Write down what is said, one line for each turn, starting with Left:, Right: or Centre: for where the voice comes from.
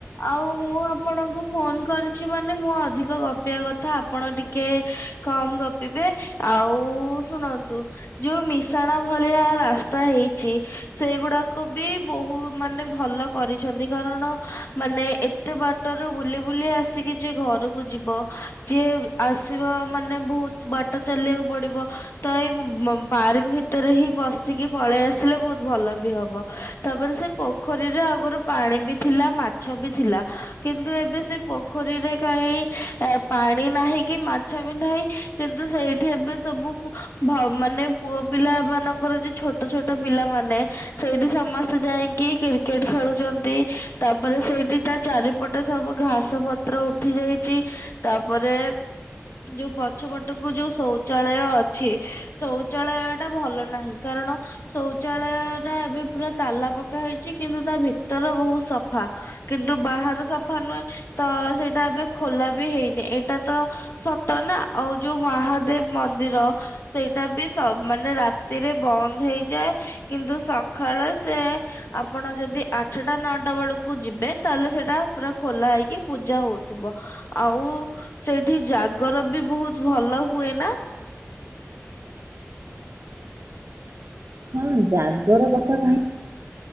Left: ଆଉ ମୁଁ ଆପଣଙ୍କୁ ଫୋନ କରିଛି ମାନେ ମୁଁ ଅଧିକ ଗପିବା କଥା ଆପଣ ଟିକେ ଏ ହେ କମ ଗପିବେ ଆଉ ଶୁଣନ୍ତୁ ଯୋଉ ମିଶାଣ ଭଳିଆ ରାସ୍ତା ହେଇଚି ସେଗୁଡାକ ବି ବହୁ ମାନେ ଭଲ କରିଛନ୍ତି କାରଣ ମାନେ ଏତେ ବାଟରୁ ବୁଲିବୁଲି ଆସିକି ଜି ଘରକୁ ଯିବ ଯିଏ ଆସିବ ମାନେ ବହୁତ ବାଟ ଚାଲିବାକୁ ପଡିବ ତ ଏଇ ପାର୍କ ଭିତରେ ହିଁ ବସିକି ପଳେଇ ଆସିଲେ ବହୁତ ଭଲ ବି ହବ ତାପରେ ସେ ପୋ ପୋଖରୀରେ ଆଗରୁ ପାଣି ବି ଥିଲା ମାଛ ବି ଥିଲା କିନ୍ତୁ ଏବେ ସେ ପୋଖରୀରେ କାଇଁ ଏ ପାଣି ନାହିଁ କି ମାଛ ବି ନାହିଁ କିନ୍ତୁ ସେଇଠି ଏବେ ସବୁ ଭ ମାନେ ପୁଅ ପିଲା ମାନଙ୍କର ଯୋଉ ଛୋଟ ଛୋଟ ପିଲାମାନେ ସେଇଠି ସମସ୍ତେ ଯାଇଁକି କି କ୍ରିକେଟ ଖେଳୁଚନ୍ତି ତାପରେ ସେଇଠି ତା ଚାରିପଟେ ସବୁ ଘାସ ପତ୍ର ଉଠି ଯାଇଚି ତାପରେ ଯୋଉ ପଛ ପଟକୁ ଯୋଉ ଶୌଚାଳୟ ଅଛି ଶୌଚାଳୟ ଟା ଭଲ ନାହିଁ କାରଣ ଶୌଚାଳୟ ଟା ଏବେ ପୁରା ତାଲା ପକାହେଇଛି କିନ୍ତୁ ତା ଭିତର ବହୁତ ସଫା। କିନ୍ତୁ ବାହାର ସଫା ନୁହେଁ ତ ସେଇଟା ଏବେ ଖୋଲା ବି ହେଇନି ଏଇଟା ତ ସତ ନା ଆଉ ଯୋଉ ମହାଦେବ ମନ୍ଦିର ସେଇଟା ବି ସ ମାନେ ରାତିରେ ବନ୍ଦ ହେଇଯାଏ କିନ୍ତୁ ସଖାଳେ ସେ ଆପଣ ଯଦି ଆଠେଟା ନଅଟା ବେଳକୁ ଯିବେ ତାହେଲେ ସେଇଟା ପୁରା ଖୋଲା ହେଇକି ପୂଜା ହଉଥିବ। ଆଉ ସେଇଠି ଜାଗର ବି ବହୁତ ଭଲ ହୁଏ ନା?
Right: ହଁ ଜାଗର କଥା କାହିଁ